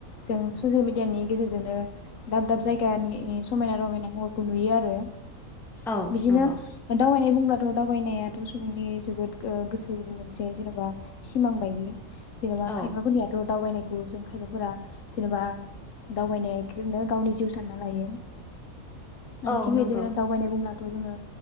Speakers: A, on the left; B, in the centre.
A: जों ससियेल मिडियानि गेजेरजोंनो दाब दाब जायगानि समायना रमायना महरखौ नुयो आरो
B: औ
A: बिदिनो
B: नंगौ
A: दावबायनाय बुंब्ला ब' दावबायनायाथ' सुबुंनि जोबोद गोसो स मोनसे जेनेबा सिमां बायदि जेनेबा
B: औ
A: खायफाफोरनियाथ' दावबायनाय खौ जों खायफाफोरा जेनेबा दावबायनायखौनो गावनि जिउ सानना लायो ओ
B: औ
A: थिकबाय
B: नंगौ
A: दावबायनाय बुंब्ला थ' जोङो